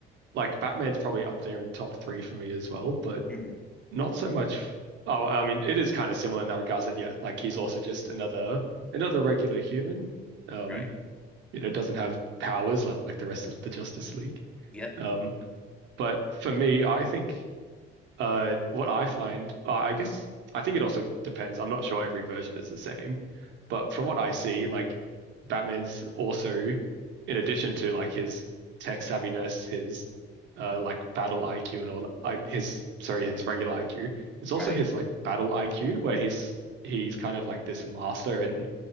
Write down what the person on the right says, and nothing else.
like Batman's probably up there in top three for me as well, but
not so much. Oh, I mean, it is kind of similar in that regards that yeah, like he's also just another another regular human. Um,
you know, doesn't have powers like, like the rest of the Justice League.
Um, but for me, I think. Uh, what I find, uh, I guess, I think it also depends. I'm not sure every version is the same, but from what I see, like Batman's also, in addition to like his tech savviness, his uh like battle IQ and all that, like his sorry, his regular IQ, it's
also his like battle IQ where he's he's kind of like this master in